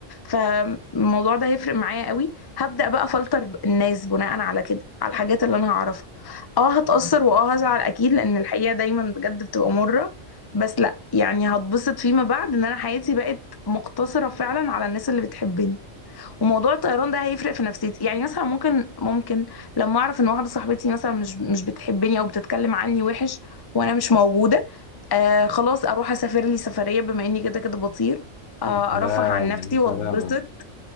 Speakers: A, on the left (about 20°); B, on the left (about 65°).
A: فالموضوع ده هيفرق معايا قوي هبدأ بقى فلتر الناس بناء على كده على الحاجات اللي أنا هعرفها اه هتأثر واه هزعل أكيد لأن الحقيقة دايما بجد بتبقى مرة بس لأ يعني هتبسط فيما بعد إن أنا حياتي بقت مقتصرة فعلا على الناس اللي بتحبني وموضوع الطيران ده هيفرق في نفسيتي يعني مثلا ممكن ممكن لما اعرف ان واحده صاحبتي مثلا مش مش بتحبني او بتتكلم عني وحش وانا مش موجوده آه خلاص اروح اسافر لي سفريه بما اني كده كده بطير آه
B: يا
A: ارفه
B: سلام
A: عن نفسي
B: يا
A: واتبسط
B: سلام